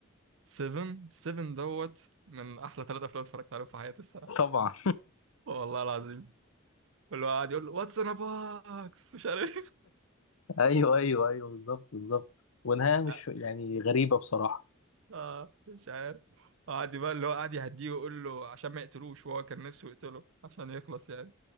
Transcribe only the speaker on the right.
7 7 دوت من احلى ثلاثة افلام اتفرجت عليهم في حياتي الصراحه
والله العظيم كله قاعد يقول له واتس ان باكس مش عارف
<laughs>
اه مش عارف قعد بقى اللي هو قعد يهديه ويقول له عشان ما يقتلوش وهو كان نفسه يقتله عشان يخلص يعني